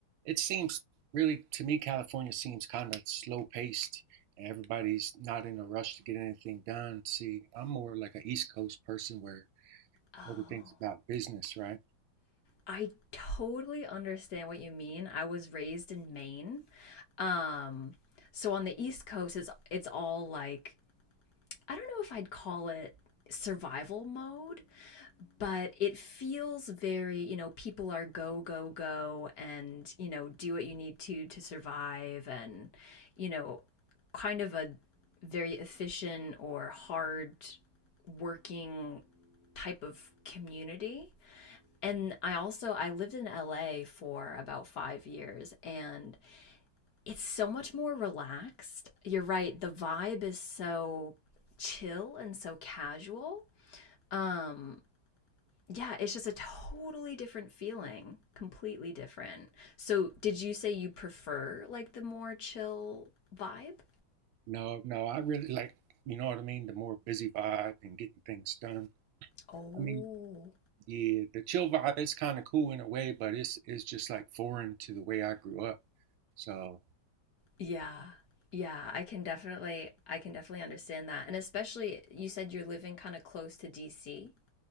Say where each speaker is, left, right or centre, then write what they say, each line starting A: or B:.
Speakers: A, on the right; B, on the left.
A: it seems really to me California seems kind of slow paced. Everybody's not in a rush to get anything done. See, I'm more like an East Coast person where
B: Oh,
A: everything's about business, right?
B: I totally understand what you mean. I was raised in Maine. Um, so on the East Coast it's it's all like I don't know if I'd call it survival mode, but it feels very, you know, people are go, go, go and, you know, do what you need to to survive and, you know, kind of a very efficient or hard working type of community. And I also I lived in LA for about 5 years and it's so much more relaxed. You're right, the vibe is so chill and so casual. Um yeah, it's just a totally different feeling, completely different. So, did you say you prefer like the more chill vibe?
A: No, no, I really like, you know what I mean, the more busy vibe and getting things done.
B: Oh.
A: I mean, yeah, the chill vibe is kind of cool in a way, but it's it's just like foreign to the way I grew up. So
B: Yeah. Yeah, I can definitely I can definitely understand that. And especially you said you're living kind of close to DC.